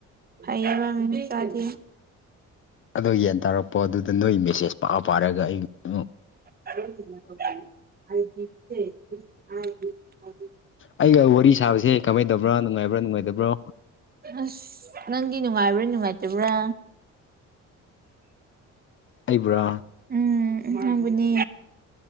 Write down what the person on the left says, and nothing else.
ꯑꯗꯣ ꯌꯦꯟ ꯇꯥꯔꯛꯄꯗꯨꯗ ꯑꯗꯨꯗ ꯅꯣꯏ ꯃꯦꯁꯦꯖ ꯄꯥ ꯄꯥꯔꯒ ꯑꯩ ꯅꯣꯛ
ꯑꯩꯒ ꯋꯥꯔꯤ ꯁꯥꯕꯁꯦ ꯀꯃꯥꯏ ꯇꯧꯕ꯭ꯔꯥ ꯅꯨꯡꯉꯥꯏꯕ꯭ꯔꯥ ꯅꯨꯡꯉꯥꯏꯇꯕ꯭ꯔꯣ
ꯑꯩꯕꯨꯔꯣ